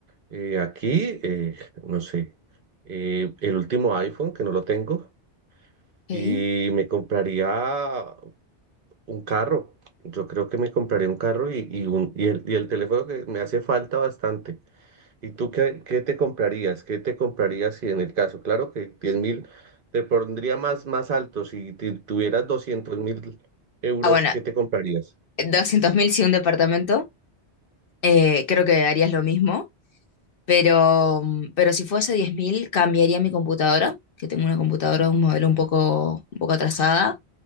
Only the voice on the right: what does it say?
eh, aquí, eh, no sé, eh, el último iPhone, que no lo tengo,
y me compraría un carro. Yo creo que me compraría un carro y, y, un, y, el, y el teléfono que me hace falta bastante. ¿Y tú qué, qué te comprarías? ¿Qué te comprarías si en el caso? Claro que diez mil te pondría más, más alto. Si ti- tuvieras doscientos mil euros,
¿qué te comprarías?